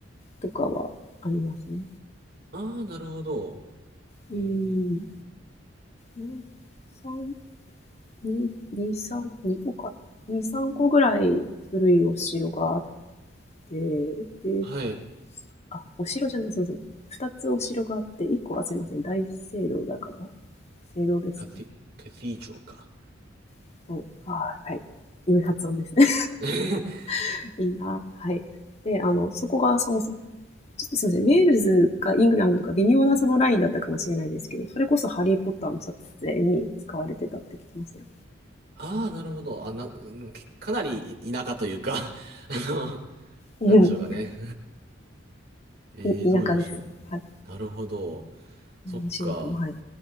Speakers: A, on the left (about 35°); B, on the right (about 50°).
A: とかはありますね。
B: ああ、なるほど。
A: うー
B: えー、
A: ん。なん三に2、3、2個か、2、3個ぐらい古いお城があって、で、
B: はい。
A: あ、お城じゃない、すいません。2つお城があって、1個はすいません、大聖堂だから、聖堂です
B: カティ、カティージョか。
A: ね。はい。はい。良い発音ですね。
B: <laughs>
A: <laughs> いいな。はい。で、あの、そこがそもそも、ちょっとすみません、ウェールズかイングランドか微妙なそのラインだったかもしれないですけど、それこそハリー・ポッターの撮影に使われてたって聞きましたよ。
B: ああ、なるほど。あ、な、うんかなり田舎というか <laughs>、あの、
A: うん。
B: なんでしょうかね。<laughs> えー、
A: 田舎です。
B: どういうお仕事
A: はい。
B: なるほど。そっか。
A: お仕事も、はい。